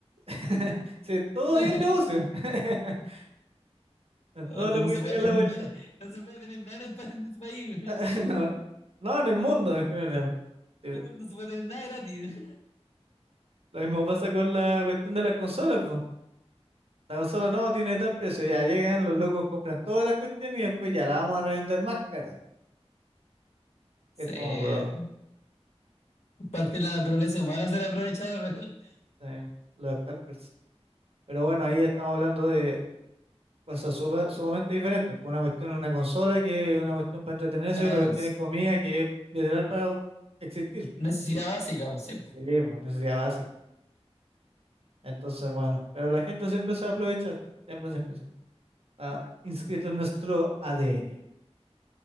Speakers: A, on the right; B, on the left.
A: <laughs> si en todo
B: <laughs>
A: hay un negocio, <laughs> en
B: Puta,
A: todo le voy
B: No se
A: sacar
B: puede tener
A: la vuelta.
B: nada, no se puede tener nada en el pa- en este país. <laughs>
A: <laughs> No, no, en el mundo en general. Sí,
B: No se puede tener nada gratis.
A: Lo mismo pasa con la cuestión de las consolas, La consola no tiene tal precio, ya llegan los locos, compran toda la cuestión y después ya la vamos a revender más cara.
B: Sí,
A: Es como, bro,
B: parte de la naturaleza humana ser aprovechar. <laughs>
A: sí, los scalpers. Pero bueno, ahí estamos hablando de cosas supa- sumamente diferentes. pues Una cuestión es una consola, que es una cuestión para entretenerse,
B: Ah,
A: y otra cuestión
B: es
A: es comida, que es literal para existir.
B: necesidad básica, po, sí,
A: Sí, pues necesidad básica. Entonces, bueno, pero la gente siempre se va a aprovechar, siempre, siempre, siempre. Está inscrito
B: po.
A: en nuestro ADN.